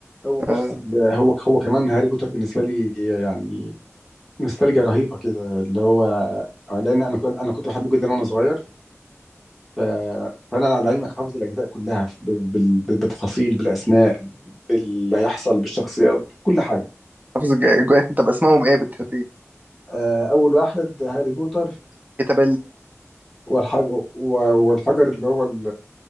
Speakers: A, in the centre; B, on the right (about 35°).
A: هو بص
B: آه،
A: ال- هو هو كمان هاري بوتر بالنسبه لي يعني نوستالجيا رهيبه كده اللي هو لان انا كنت انا كنت بحبه جدا وانا صغير ف- فانا على علمك حافظ الاجزاء كلها ب- بال- بالتفاصيل بالاسماء باللي هيحصل بالشخصيات كل حاجه
B: حافظ الج- الج- طب اسمهم ايه بالترتيب
A: آه، اول واحد هاري بوتر
B: كتاب
A: والحجر والحجر اللي هو ال...